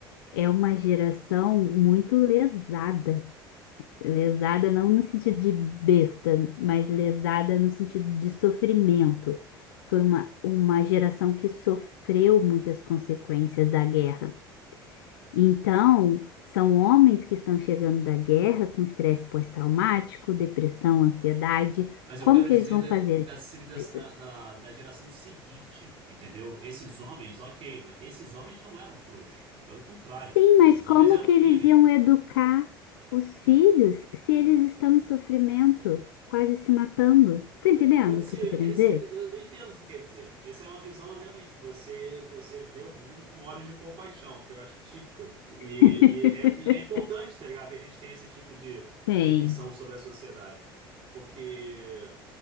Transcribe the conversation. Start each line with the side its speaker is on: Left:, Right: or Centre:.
Left: É uma
Right: Aham.
Left: geração muito lesada. Lesada não no sentido de besta, mas lesada no sentido de sofrimento. Foi uma, uma geração que sofreu muitas consequências da guerra. Então, são homens que estão chegando da guerra com estresse pós-traumático, depressão, ansiedade.
Right: Mas
Left: Como
Right: eu quero
Left: que
Right: dizer
Left: eles vão fazer
Right: da,
Left: essas
Right: da civilização
Left: coisas?
Right: da, da, da geração seguinte, entendeu? Esses homens, ok, mas esses homens não eram frouxos. Pelo contrário,
Left: Sim, mas
Right: esses
Left: como
Right: homens eram
Left: que
Right: firmes.
Left: eles iam educar os filhos se eles estão em sofrimento, quase se matando? Você tá entendendo
Right: Pode
Left: o
Right: ser,
Left: que eu tô querendo
Right: esse-
Left: dizer?
Right: eu eu entendo o que você quer dizer. Essa é uma visão, realmente, você você vê o mundo com olhos de compaixão, que eu acho típico. E,
Left: <laughs>
Right: e é, e é importante, tá ligado? Que a gente tenha esse tipo de,
Left: Tem.
Right: de visão sobre a sociedade. Porque,